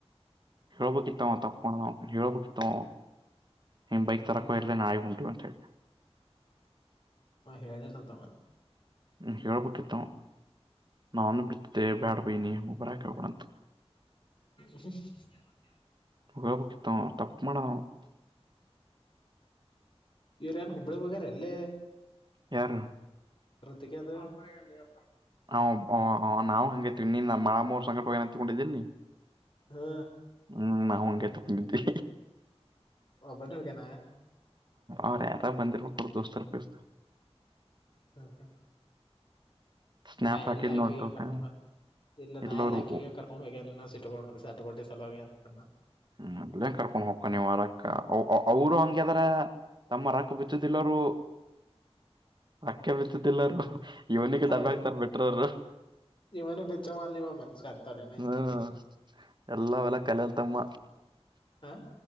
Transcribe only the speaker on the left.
ಹಾ ಹೇಳಲಿಂತವ
<inaudible>
ಇವರು ಯನ್ ಹುಬ್ಬಳಿ ವಗರ ಅಲ್ಲೇ
ಅತ ಅದು <unintelligible>
ಹಾ
ಒಬ್ಬನೇ ಹೋಗ್ಯಾನ
ಹ ಹ
ನಾ ಎಲ್ಲ
ಆಕ
ಕ <inaudible> ಇಲ್ಲ
ನಾಲ್ಲ ಅಕ್ಕಿಗೆ ಕರ್ಕೊಂಡ್ ಹೋಗ್ಯ ಸಿಟ್ಕೊಂಡ್ ಸಟ್ಕೊಂಡಿ ಸಲ ಹೋಗಿ ಅನ್ಕೊಂಡ
ಹ್ಮ
ಅವ್ರ
ಇವನು ಬೆಚ್ಚವ ಅಲ್ಲ ಇವ ಮನುಷ್ಯ ಅಂತಾನೇನ ಇವ್ನಿಗೆ
ಹಾ